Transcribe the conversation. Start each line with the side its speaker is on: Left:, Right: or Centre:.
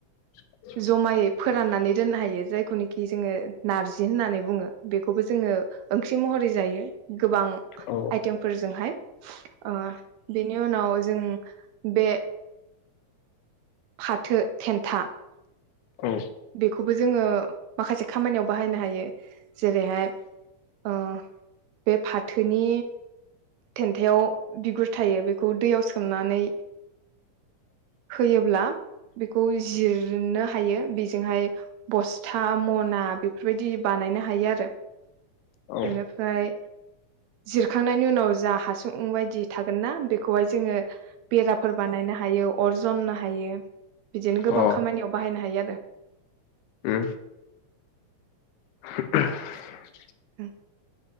Left: <inaudible>
Right: जमायै फोराननानै दोननो हायो जायखौनोखि जोङो नारजि होननानै बुङो बे खौबो जोङो ओंख्रि महरै जायो गोबां
Left: औ
Right: आइटेमफोरजोंहाय ओ बेनि उनाव जों बे फाथो थेन्था
Left: औ
Right: बेखौबो जोङो माखासे खामानियाव बाहायनो हायो जेरैहाय ओ बे फाथोनि थेन्थायाव बिगुर थायो बेखौ दैयाव सोमनानै होयोब्ला बेखौ जिरनो हायो बि हाय बस था मना बे बेफोरबायदि बानायनो हायो आरो
Left: औ
Right: ओनिफ्राय जिरखांनाय नि उनाव जा हासुं ओम बायदि थागोन ना बेखौहाय जोङो बेराफोर बानायनो हायो अर जननो हायो बिदिनो गोबां
Left: औ अ
Right: खामानियाव बाहायनो हायो आरो।
Left: उम <inaudible>
Right: उम